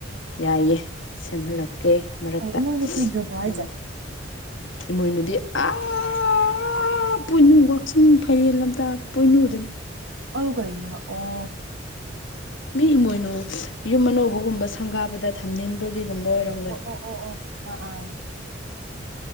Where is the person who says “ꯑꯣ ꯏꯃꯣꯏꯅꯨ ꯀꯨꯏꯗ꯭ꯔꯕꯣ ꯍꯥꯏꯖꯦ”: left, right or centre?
Right